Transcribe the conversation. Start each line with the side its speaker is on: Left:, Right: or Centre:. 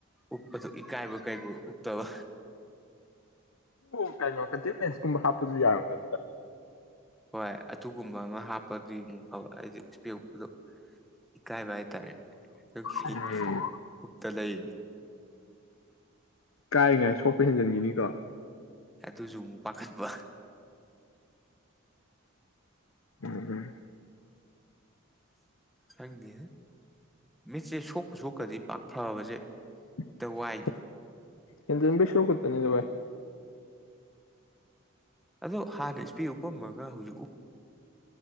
Centre: ꯎꯞꯄꯗꯣ ꯏꯀꯥꯏꯕ ꯀꯩꯕꫭꯏ ꯎꯞꯇꯕ
Left: ꯎ ꯀꯩꯅꫭ ꯀꯟꯇꯦꯛ ꯂꯦꯟꯁ ꯀꯨꯝꯕ ꯍꯥꯞꯄꯁꯨ ꯌꯥꯔꯝꯒꯅꯤꯗ
Centre: ꯍꯣꯏ ꯑꯗꯨꯒꯨꯝꯕ ꯑꯃ ꯍꯥꯞꯄꯗꯤ ꯃꯨꯛ ꯐꯕ ꯑꯩꯗꯤ ꯁ꯭ꯄꯦꯛ ꯎꯞꯄꯗꯣ ꯏꯀꯥꯏꯕ ꯍꯥꯏꯇꯥꯔꯦ ꯗꯨꯒꯤ
Left: ꯎꯝ
Centre: ꯎꯞꯇ ꯂꯩꯔꯤꯅꯤ
Left: ꯀꯥꯏꯔꯤ ꯉꯥꯏ ꯁꯣꯛꯄ ꯍꯦꯟꯖꯤꯟꯒꯤꯅꯤꯀꯣ
Centre: ꯑꯗꯨꯖꯨ ꯑꯃꯨꯛ ꯄꯈꯠꯄ
Left: ꯎꯝ ꯎꯝ
Centre: ꯈꯪꯗꯦ ꯃꯤꯠꯁꯦ ꯁꯣꯛꯄ ꯁꯣꯛꯈ꯭ꯔꯗꯤ ꯄꯥꯛ ꯐꯕꯁꯦ ꯍꯦꯛꯇ
Left: <unintelligible>
Centre: ꯋꯥꯏꯅꯦ
Left: ꯍꯦꯟꯖꯟꯕꯩ ꯁꯔꯨꯛ ꯈꯛꯇꯅꯤꯗ ꯚꯥꯏ
Centre: ꯑꯗꯣ ꯍꯥꯟꯅ ꯁ꯭ꯄꯦꯛ ꯎꯞꯄꯝꯃꯒ ꯍꯧꯖꯤꯛ ꯎꯞ